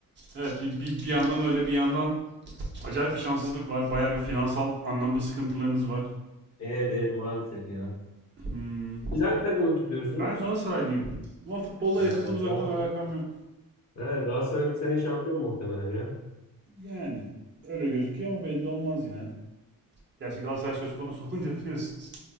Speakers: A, on the right (about 30°); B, on the left (about 45°).
A: Evet, bir, bir, bir yandan öyle bir yandan acayip bir şanssızlık var. Bayağı bir finansal anlamda sıkıntılarınız var.
B: Evet evet maalesef ya.
A: Hmm,
B: Siz hangi takımı tutuyorsunuz?
A: Ben Galatasaraylıyım. Ama futbolla
B: E,
A: yakından uzaktan
B: Gal
A: alakam yok.
B: He, Galatasaray bu sene şampiyon muhtemelen ya.
A: Yani öyle gözüküyor ama belli olmaz yine. Gerçi Galatasaray söz konusu <laughs> olunca biliyorsunuz.